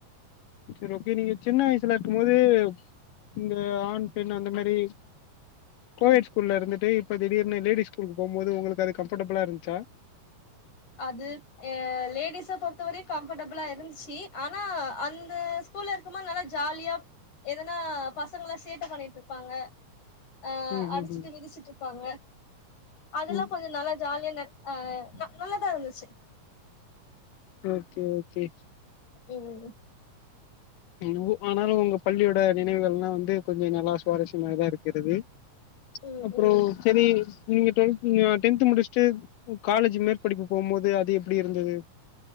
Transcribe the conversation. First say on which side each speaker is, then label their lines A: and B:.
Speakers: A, on the left; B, on the left.
A: சரி ஓகே நீங்க சின்ன வயசுல இருக்கும் போது இந்த ஆண் பெண் அந்த மாரி கோ
B: ம்
A: யட் ஸ்கூல்ல இருந்துட்டு இப்ப திடீர்னு லேடிஸ் ஸ்கூலு போகும்போது உங்களுக்கு அது கம்ஃபர்டபுளா இருந்துச்சா
B: அது எ லேடிஸ பொறுத்தவரையும் கம்ஃபர்டபிளா இருந்துச்சு ஆனா அந்த ஸ்கூல்ல இருக்கும்போது நல்லா ஜாலியா எதனா பசங்களா சேட்ட பண்ணிட்டு இருப்பாங்க அஹ்
A: ம்
B: அடிச்சிட்டு
A: ம் ம்
B: மிதிச்சிட்டு இருப்பாங்க அதெல்லாம்
A: ம்
B: கொஞ்சம் நல்லா ஜாலியா ந ஆஹ் நல்லாதா இருந்துச்சு
A: ஓகே ஓகே
B: உம் உம் உம்
A: என்னவோ ஆனால் உங்க பள்ளியோட நினைவுகள்ல்லாம் வந்து கொஞ்சோ நல்லா சுவாரஸ்யமாகதான் இருக்கிறது
B: ம்
A: அப்புறம்
B: ம்
A: சரி நீங்க டுவெல்த் டென்த் முடிச்சுட்டு காலேஜ் மேற்படிப்பு போகும் போது அது எப்டி இருந்தது